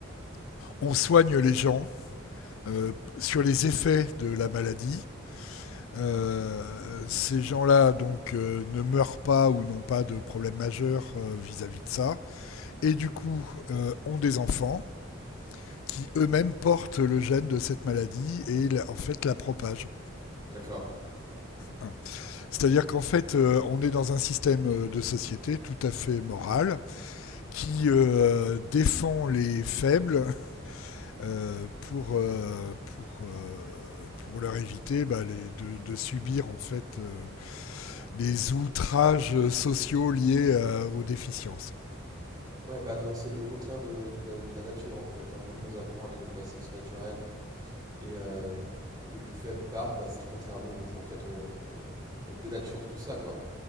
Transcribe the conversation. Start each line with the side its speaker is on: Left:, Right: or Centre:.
Left: on soigne les gens euh, sur les effets de la maladie. Euh, ces gens-là donc euh, ne meurent pas ou n'ont pas de problème majeur euh, vis-à-vis de ça, et du coup euh, ont des enfants qui eux-mêmes portent le gène de cette maladie et la- en fait la propagent.
Right: d'accord.
Left: Hein. C'est-à-dire qu'en fait euh, on est dans un système euh, de société tout à fait moral qui euh, défend les faibles euh, pour euh, pour euh, pour leur éviter bah, les- de, de subir en fait euh, les outrages sociaux liés euh, aux déficiences.
Right: Ouais, bah donc c'est le contraire de, de la, de la nature en fait. hein. Nous, on nous apprend les- la sélection naturelle et euh, les plus faibles partent, bah c'est le contraire. Nous, on est, en fait, on, on, on dénature tout ça quoi.